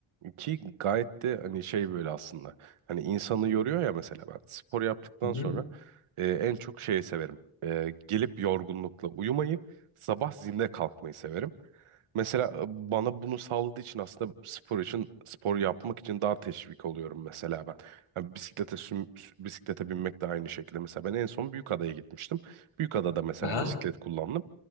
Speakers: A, on the right; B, on the left.
A: Ki gayet de hani şey böyle aslında. Hani insanı yoruyor ya mesela ben spor yaptıktan
B: Hı hı.
A: sonra e, en çok şeyi severim. E, gelip yorgunlukla uyumayı, sabah zinde kalkmayı severim. Mesela e, bana bunu sağladığı için aslında spor için spor yapmak için daha teşvik oluyorum mesela ben. Yani bisiklete süm- sü- bisiklete binmek de aynı şekilde. Mesela ben en son Büyükada'ya gitmiştim. Büyükada'da mesela
B: Aha,
A: bisiklet kullandım.